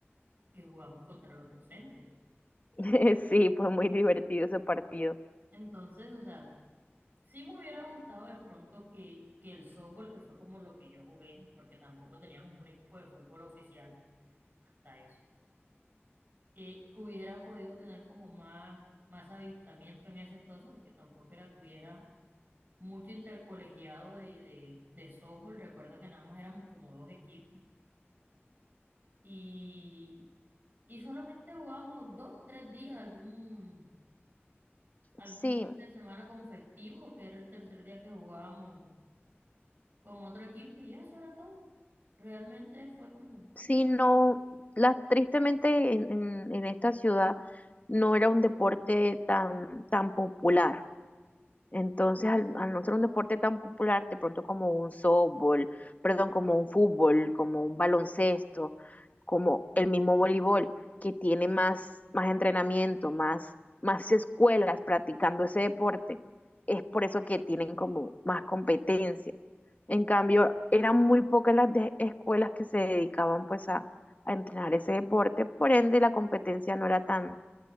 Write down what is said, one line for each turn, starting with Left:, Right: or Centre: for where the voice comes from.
Right: que jugamos contra los docentes.
Left: <laughs> Sí, fue muy divertido ese partido.
Right: Entonces, o sea, sí me hubiera gustado de pronto que, que el softball, que fue como lo que yo jugué, porque tampoco teníamos un equipo de fútbol oficial hasta eso, eh, que hubiera podido tener como más, más avistamiento en ese entonces, porque tampoco era que hubiera mucho intercolegiado de, de, de softball. Recuerda que nada más éramos como dos equipos. Y Y solamente jugamos dos, tres días, algún, algún
Left: Sí,
Right: fin de semana con festivo, que era el tercer día que jugábamos con otro equipo, y ya eso era todo. Realmente fue como,
Left: sí, no, la, tristemente en, en, en esta ciudad no era un deporte tan, tan popular. Entonces, al, al no ser un deporte tan popular, de pronto como un softball, perdón, como un fútbol, como un baloncesto, como el mismo voleibol, que tiene más, más entrenamiento, más, más escuelas practicando ese deporte, es por eso que tienen como más competencia. En cambio, eran muy pocas las de- escuelas que se dedicaban pues a, a entrenar ese deporte, por ende la competencia no era tan,